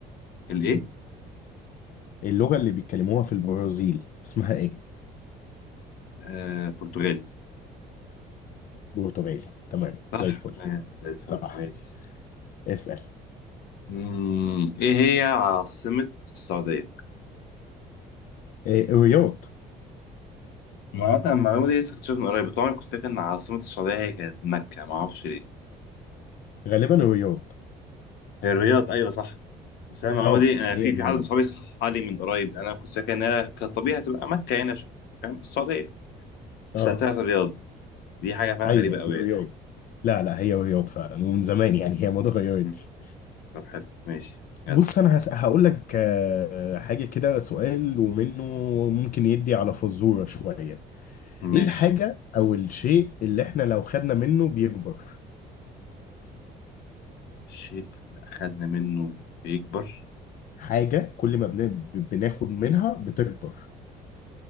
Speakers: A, on the left; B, on the left.
A: الايه
B: اللغة اللي بيتكلموها في البرازيل اسمها ايه؟
A: آه برتغالي
B: برتغالي تمام
A: صح
B: زي الفل
A: آه، زي الفل
B: صح
A: ماشي
B: اسأل
A: مم، ايه هي عاصمة السعودية؟
B: إيه الرياض
A: ما هو أنا المعلومة دي لسه اكتشفتها من قريب طبعا كنت فاكر ان عاصمة السعودية هي كانت مكة ما اعرفش ليه
B: غالبا الرياض
A: هي الرياض ايوه صح بس انا المعلومة
B: اه
A: دي انا
B: هي
A: في
B: الرياض
A: في حد من صحابي صححها لي من قريب انا كنت فاكر انها كطبيعي هتبقى مكة هنا عشان- فاهم السعودية بس
B: اه
A: لا طلعت الرياض دي حاجة فعلا
B: ايوه
A: غريبة قوي
B: الرياض
A: يعني
B: لا لا هي الرياض فعلا ومن زمان يعني هي ما اتغيرتش
A: مم، طب حلو ماشي يلا
B: بص انا هس... هقول لك آه، حاجة كده سؤال ومنه ممكن يدي على فزورة شوية
A: مش
B: ايه الحاجة او الشيء اللي احنا لو خدنا منه بيكبر
A: الشيء اللي أخدنا منه بيكبر
B: حاجة كل ما بن... بناخد منها بتكبر